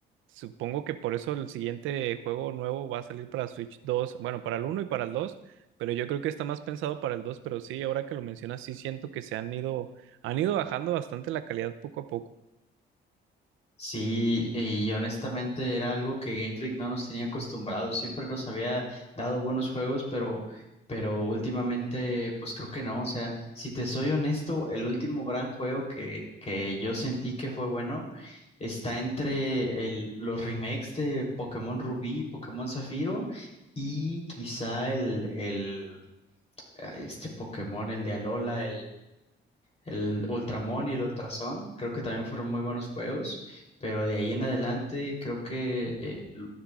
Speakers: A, on the right (about 80°); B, on the left (about 35°).
A: Supongo que por eso el siguiente juego nuevo va a salir para Switch 2, bueno, para el uno y para el 2, pero yo creo que está más pensado para el 2. pero sí, ahora que lo mencionas, sí siento que se han ido, han ido bajando bastante la calidad poco a poco.
B: Sí, y honestamente era algo que Game Freak no nos tenía acostumbrados. Siempre nos había dado buenos juegos, pero, pero últimamente, pues creo que no. O sea, si te soy honesto, el último gran juego que, que yo sentí que fue bueno está entre el- los remakes de Pokémon Rubí y Pokémon Zafiro y quizá el, el, este Pokémon, el de Alola, el Ultramon y el Ultrason, creo que también fueron muy buenos juegos, pero de ahí en adelante creo que eh, l-